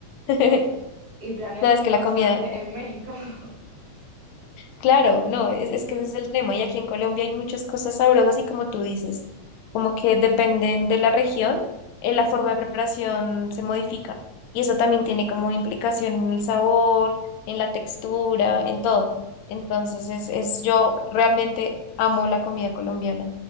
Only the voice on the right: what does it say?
y planeo
comer
bastante
en México. <laughs>